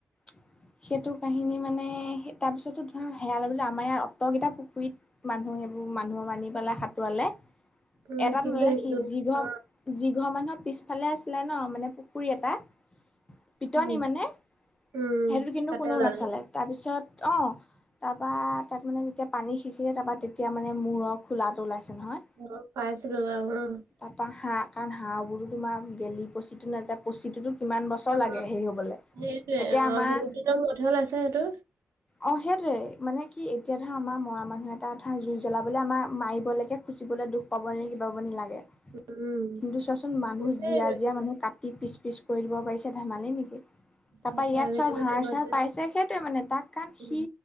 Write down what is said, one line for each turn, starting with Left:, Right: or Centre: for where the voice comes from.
Left: <inaudible> সেইটো কাহিনী মানে তাৰপিছতো ধৰা সেয়া লবো আমাৰ ইয়াৰ অটকেইটা পুখুৰীত মানুহ সেইবোৰ মানুহ মানি পেলাই সাঁতোৱালে
Right: উম
Left: এটাত
Right: কিন্তু
Left: নলে
Right: সেইজন
Left: সি যিঘৰ
Right: অ
Left: যিঘৰ মানুহৰ পিছফালে আছিলে ন' মানে পুখুৰী এটা পিটনি
Right: উম
Left: মানে
Right: উম
Left: সেইটোত কিন্তু
Right: তাতে
Left: কোনোও
Right: ওলালে
Left: নাচালে। তাৰপিছত অ তাপা তাত মানে যেতিয়া পানী সিঁচিলে তাৰপৰা তেতিয়া মানে মূৰৰ খোলাটো ওলাইছে নহয়।
Right: মইও পাইছিলোঁ বাৰু ওম
Left: তাপা হাড়, কাৰণ হাড়বোৰো তোমাৰ গেলি পচি নাযায় পচিটোতো কিমান বছৰ
Right: অ
Left: লাগে হেৰি হ'বলে।
Right: সেইটোৱে
Left: এতিয়া
Right: অ
Left: আমাৰ
Right: বহুত দিনৰ মূৰত হে ওলাইছে সেইটো।
Left: অ, সেইটোৱে মানে কি এতিয়া ধৰা আমাৰ মৰা মানুহে এটা ধৰা জুই জ্বলাবলে আমাৰ মাৰিবলৈকে খুচিবলে দুখ পাব নে কিব পাব নে লাগে কিন্তু
Right: উম
Left: চোৱাচোন মানুহ
Right: তেনেকেই
Left: জীয়া
Right: লৈছে
Left: - জীয়া
Right: বাৰু
Left: মানুহ কাট পিচ -পিচ কৰি দিব পাৰিছে ধেমালি নেকি? তাপা
Right: সঁচাকে
Left: ইয়াত
Right: আজিকালি
Left: চব হাড়
Right: যুগত
Left: চাৰ
Right: যে
Left: পাইছে সেইটোৱে মানে তাক কাৰণ
Right: উম,
Left: সি